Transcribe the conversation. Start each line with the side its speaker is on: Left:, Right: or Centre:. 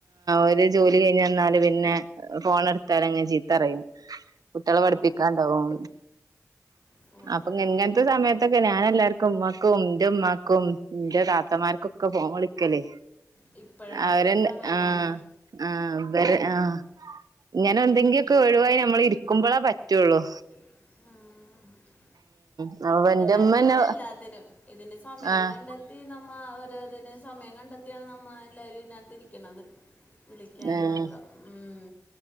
Right: ഒരു ജോലി ഡ്‌ കഴിഞുവന്നാല് പിന്നെ ഫോണെട്ത്താലങ്‌ ചീത്തറിം കുട്ട്യേളെ പഠിപ്പിക്കാൻ
Left: ആ
Right: ഉണ്ടാവും
Left: ഫോൺ
Right: അപ്പോ
Left: എടുക്കണമെന്നും
Right: ഇങ്ങൻത്തെ
Left: പറഞ്ഞു
Right: സമയത്തൊക്കെ ഞാനെല്ലാർക്കും മക്കും ഇന്റെമ്മാക്കും ഇന്റെ താത്തമാർക്കൊക്കെ ഫോൺ വിളിക്കല്
Left: എല്ലാവർക്കും ഉമ്മക്കും എൻ്റെ ഉമ്മക്കും എൻ്റെ താത്തമാർക്കൊക്കെ ഫോൺ വിളിക്കല് ഇപ്പോഴാണ്
Right: അവരെ
Left: ഈ സമയത്താണ്
Right: ആഹ ആഹ് വരെ ആഹ് ഇങ്ങനെന്തെങ്ക്യക്കെ ഒഴിവായി നമ്മളിരിക്കുമ്പളാ പറ്റുള്ളൂ
Left: ആഹ
Right: ഉം അപ്പൊ എന്റെമ്മന്നെ
Left: എല്ലാവരും അതെ എല്ലാത്തിനും ഇതിന് സമയം
Right: ആഹ്
Left: കണ്ടെത്തി നമ്മ ഓരോതിന് സമയം കണ്ടെത്തിയാണ് നമ്മ എല്ലാരും ഇതിനകത്ത് ഇരിക്ക്ണത് വിളിക്കാനുമൊക്കെ
Right: ആഹ്
Left: ഉം